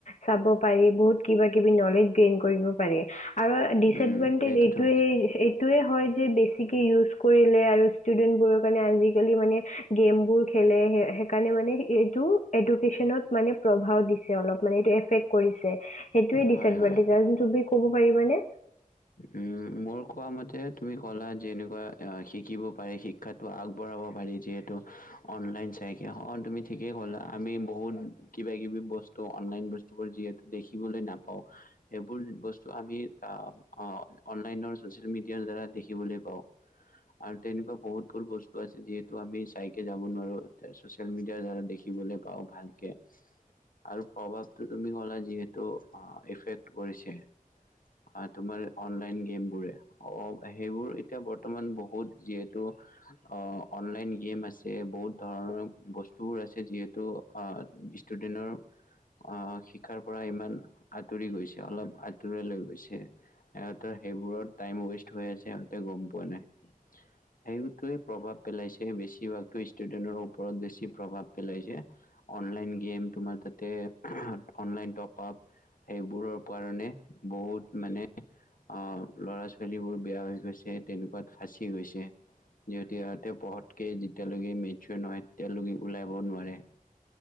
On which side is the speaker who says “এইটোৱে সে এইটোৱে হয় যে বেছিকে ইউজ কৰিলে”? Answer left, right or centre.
Left